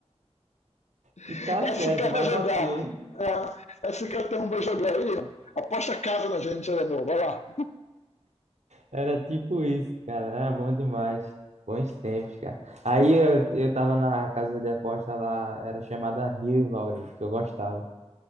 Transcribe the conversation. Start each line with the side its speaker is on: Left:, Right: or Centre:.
Left: <laughs>
Right: que tá
Left: SK
Right: certo,
Left: vai
Right: vai
Left: jogar.
Right: bater.
Left: É, esse cara tem um vai jogar aí. Aposta a casa na gente, aí, amor. Vai lá.
Right: Era tipo isso, cara. Era bom demais. Bons tempos, cara. Aí eu, eu tava na casa de aposta lá, era chamada Rivalry, que eu gostava.